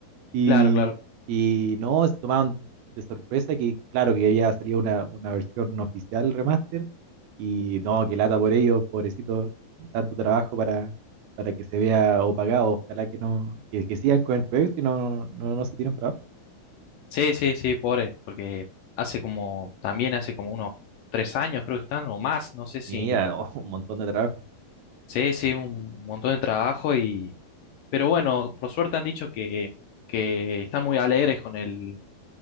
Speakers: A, on the right; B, on the left.
A: Y,
B: Claro, claro.
A: y no, se tomaron de sorpresa que, claro, que había salido una, una versión oficial remaster. Y no, que lata por ellos, pobrecito, tanto trabajo para, para que se vea opacado. Ojalá que no, que, que sigan con el proyecto y no, no, no se tiren para abajo.
B: Sí, sí, sí, pobre, porque hace como, también hace como unos tres años creo que están, o más, no sé si.
A: Mira, oh, <laughs> un montón de trabajo.
B: Sí, sí, un montón de trabajo Pero bueno, por suerte han dicho que, que están muy alegres con el,